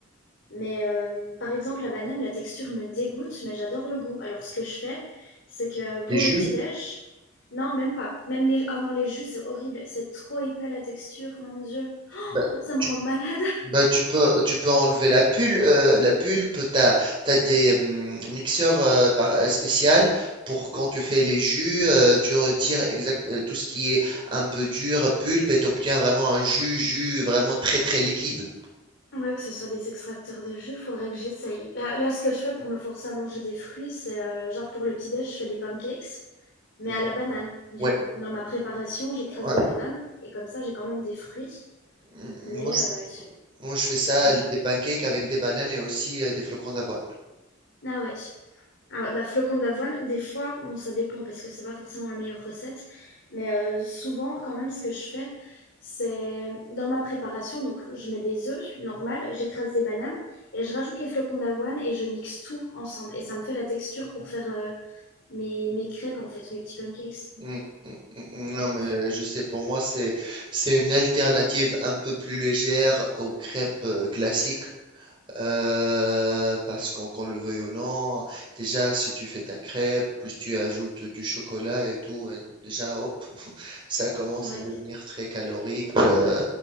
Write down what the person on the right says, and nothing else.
les jus?
Bah,
tu,
bah, tu peux, tu peux enlever la pulpe. euh, la pulpe, t'as, t'as des hum, mixeurs euh, par, euh, spécial pour quand tu fais les jus, euh, tu retires exact, euh, tout ce qui est un peu dur, pulpe, et t'obtiens vraiment un jus, jus vraiment très très liquide.
Mhm.
Ouais,
ouais.
Mm,
Moi,
Moi, je fais ça,
des pancakes avec des bananes et aussi euh, des flocons d'avoine.
Mm, mm, mm, mm. Non,
mais je sais, pour moi, c'est c'est une alternative un peu plus légère aux crêpes euh, classiques. Euh, parce qu'on qu'on le veuille ou non, déjà si tu fais ta crêpe, plus tu ajoutes du chocolat et tout, euh, déjà hop, <laughs> ça commence
à devenir très calorique. euh.